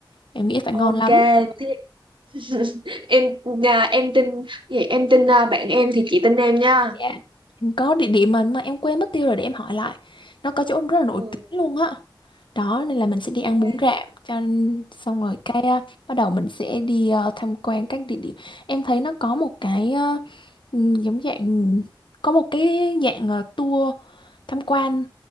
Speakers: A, on the left (about 70°); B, on the right (about 80°).
A: Em nghĩ phải
B: ok
A: ngon lắm.
B: thế <laughs> em nhà em tin vậy em tin à, bạn em thì chị tin em nha
A: Dạ. Em có địa điểm mà mà em quên mất tiêu rồi để em hỏi lại. Nó có chỗ rất là nổi
B: ừ
A: tiếng luôn á. Đó nên là mình sẽ
B: ok
A: đi ăn bún rạm cho nên- xong rồi cái à, bắt đầu mình sẽ đi à, tham quan các địa điểm. Em thấy nó có một cái à, ừ, giống dạng có một cái dạng à, tour tham quan